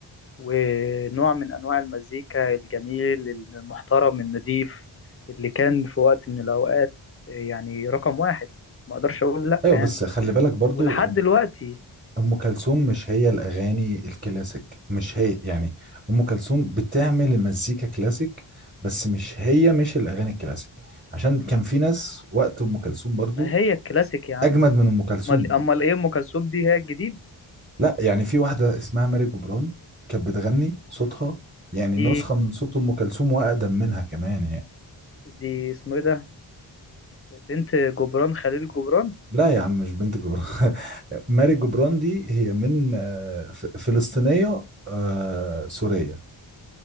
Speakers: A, on the left (about 30°); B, on the right (about 20°).
A: ونوع من انواع المزيكا الجميل المحترم النضيف اللي كان في وقت من الاوقات يعني رقم واحد ما اقدرش اقول لا
B: ايوه
A: يعني
B: بس خلي بالك برضو
A: ولحد دلوقتي
B: ام كلثوم مش هي الاغاني الكلاسيك مش هي يعني ام كلثوم بتعمل مزيكا كلاسيك بس مش هي مش الاغاني الكلاسيك عشان كان في ناس وقت ام كلثوم برضو
A: ما هي الكلاسيك يا عم
B: اجمد من ام كلثوم
A: امال امال ايه ام كلثوم دي هي الجديد
B: لا يعني في واحده اسمها ماري جبران كانت بتغني صوتها يعني
A: دي
B: نسخه من صوت ام كلثوم واقدم منها كمان يعني
A: دي اسمه ايه ده بنت جبران خليل جبران
B: لا يا عم مش بنت جبران <laughs> ماري جبران دي هي من آه، ف- فلسطينية آه، سورية